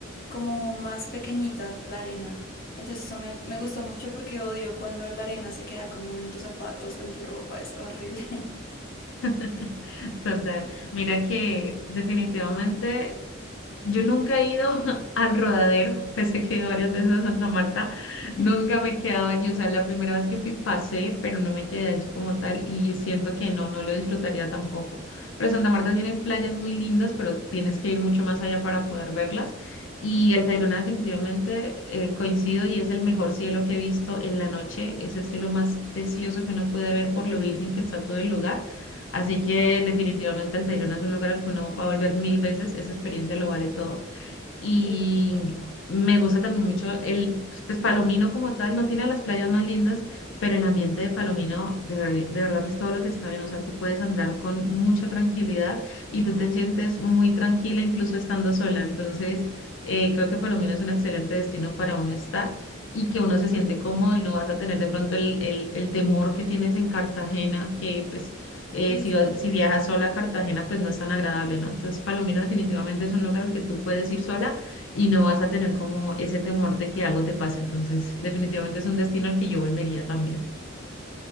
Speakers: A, on the left; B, on the left.
A: como más pequeñita la arena. Entonces eso me, me gustó mucho porque odio cuando la arena se queda como en tus zapatos o en tu ropa, es horrible.
B: <laughs> Total. Mira que definitivamente yo nunca he ido <laughs> al rodadero, pese a que he ido varias veces a Santa Marta,
A: <laughs>
B: nunca me he quedado allí. O sea, la primera vez que fui pasé, pero no me quedé allí como tal y siento que no, no lo disfrutaría tampoco. Pero Santa Marta tiene playas muy lindas, pero tienes que ir mucho más allá para poder verlas. Y el Tayrona definitivamente eh, coincido y es el mejor cielo que he visto en la noche. Es el cielo más precioso que uno puede ver por lo virgen que está todo el lugar. Así que definitivamente Altairona es un lugar al que uno va a volver mil veces, esa experiencia lo vale todo. Y
A: Sí,
B: me gusta también mucho el, pues pues, Palomino como tal, no tiene las playas más lindas, pero el ambiente de Palomino de, ver- de verdad que es todo lo que está bien, o sea, tú puedes andar con mucha tranquilidad y tú te sientes muy tranquila incluso estando sola. Entonces, eh, creo que Palomino es un excelente destino para uno estar. y que uno se siente cómodo y no vas a tener de pronto el, el, el temor que tienes en Cartagena, que pues eh,
A: uy.
B: si, va- si viajas sola a Cartagena, pues no es tan agradable, ¿no? Entonces, Palomino definitivamente es un lugar al que tú puedes ir sola y no vas a tener como ese temor de que algo te pase. Entonces, definitivamente es un destino al que yo volvería también.